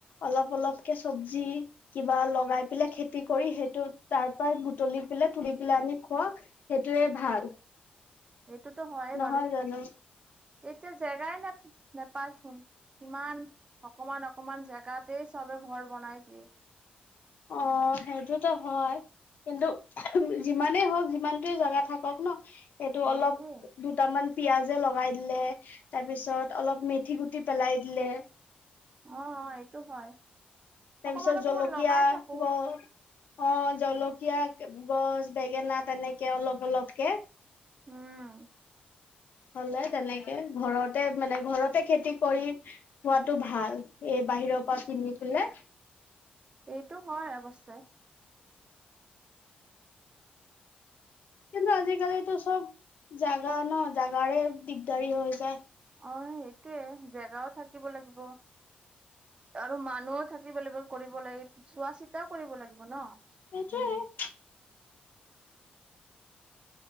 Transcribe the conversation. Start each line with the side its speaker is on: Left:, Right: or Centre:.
Left: অলপ অলপকে চব্জি কিবা লগাই পেলাই খেতি কৰি, সেইটো তাপা বুটলি পেলাই তুলি পেলাই আনি খোৱক। সেইটোয়ে ভাল।
Right: এইটোতো হয়ে
Left: নহয়
Right: বাৰু,
Left: জানো
Right: এতিয়া জেগাই নে নেপায়চোন। ইমান অকমান অকমান জেগাতে চবে ঘৰ বনাই দিয়ে।
Left: অ সেইটোতো হয়। কিন্তু যিমানেই হওঁক যিমানটোৱে জাগা থাকক ন, এইটো
Right: সেইটোৱে।
Left: অলপ দু দুটামান পিয়াজে লগাই দিলে, তাৰ পিছত অলপ মেথি গুটি পেলাই দিলে।
Right: অ অ এইটো হয়।
Left: তাৰপিছত
Right: অকমান অকমান
Left: জলকীয়া
Right: লগাই থাকো
Left: গ। অ জলকীয়া গছ, বেঙেনা তেনেকে অলপ অলপকে।
Right: হম।
Left: হ'লে তেনেকে ঘৰতে মানে ঘৰতে খেতি কৰি। খোৱাটো ভাল, এ বাহিৰৰ পৰা কিনি পেলে।
Right: এইটো হয় অৱশ্যে।
Left: কিন্তু আজিকালিতো চব জাগা ন, জাগাৰে দিগদাৰি হৈ যায়।
Right: অ সেইটোয়ে জেগাও থাকিব লাগিব। আৰু মানুহও থাকিব লাগিব, কৰিব লাগিব চোৱা চিতাও কৰিব লাগিব ন।
Left: সেইটোৱে।